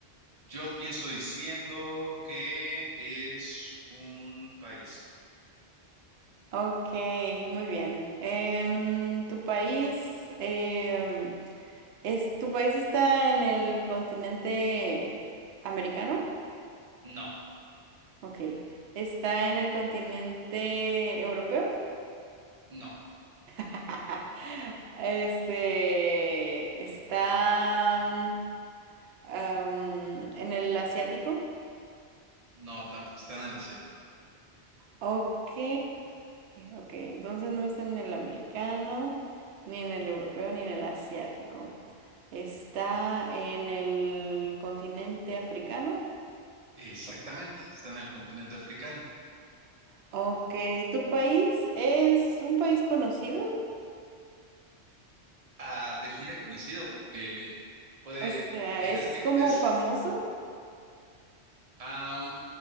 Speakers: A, on the right; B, on the right.
A: Yo empiezo diciendo que es un país.
B: Ok, muy bien. Em, ¿tu país, em, es, tu país está en el continente americano?
A: No,
B: Ok, ¿está en el continente europeo?
A: no,
B: <laughs> Este está mm, am, en el asiático.
A: no, tampoco está en el asiático.
B: Ok, ok, entonces no está en el americano, ni en el europeo, ni en el asiático. Está en el continente africano.
A: Exactamente, está en el continente africano.
B: Ok, ¿tu país es un país conocido?
A: Ah, define conocido porque puede,
B: O sea,
A: <laughs> es
B: ¿es
A: que
B: como
A: es,
B: famoso?
A: am,